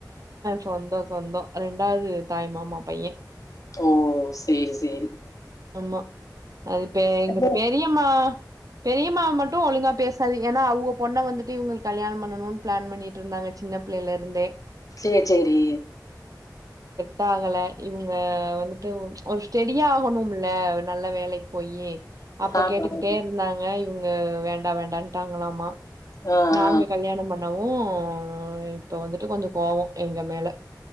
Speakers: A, on the right; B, on the left.
A: சொந்த சொந்த ரெண்டாவது தாய் மாமா பைய
B: ஓ சேரி சேரி
A: ஆமா அதுப் எங்க
B: ஓ!
A: பெரியம்மா பெரியம்மாவ மட்டும் ஒழுங்கா பேசாது ஏன்னா அவங்க பொண்ணை வந்துட்டு இவங்க கல்யாணம் பண்ணணும்னு பிளான் பண்ணிட்டு இருந்தாங்க சின்ன பிள்ளைல இருந்தே
B: சேரி சேரி
A: டாகல இவங்க வந்துட்டு ஓ ஒரு ஸ்டெடியா ஆகணும் பிள்ள நல்ல வேலைக்கு போயி அப்ப
B: ஆமா,
A: கேட்டுக்கிட்டே
B: ஆமா.
A: இருந்தாங்க இவங்க வேண்டா வேண்டாட்டாங்களாமா
B: ஆ
A: நாங்க
B: ஆ
A: கல்யாணம் பண்ணோம் ம் இப்ப வந்துட்டு கொஞ்சம் கோவம் எங்க மேல